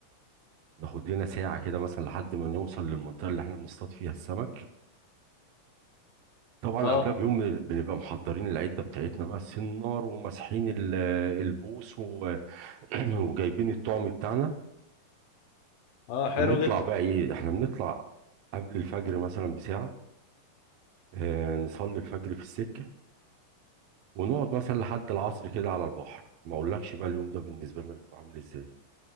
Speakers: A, on the right; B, on the left.
A: ناخد لنا ساعة كده مثلا لحد ما نوصل للمنطقة اللي احنا بنصطاد فيها السمك طبعا
B: اه
A: قبلها بيوم بنبقى محضرين العدة بتاعتنا بقى السنار وماسحين ال- البوص و- <clears throat> وجايبين الطعم بتاعنا
B: اه حلو
A: ونطلع
B: جدا
A: بقى ايه احنا بنطلع قبل الفجر مثلا بساعة اه نصلي الفجر في السكة ونقعد مثلا لحد العصر كده على البحر ما اقولكش بقى اليوم ده بالنسبة لنا بيبقى عامل ازاي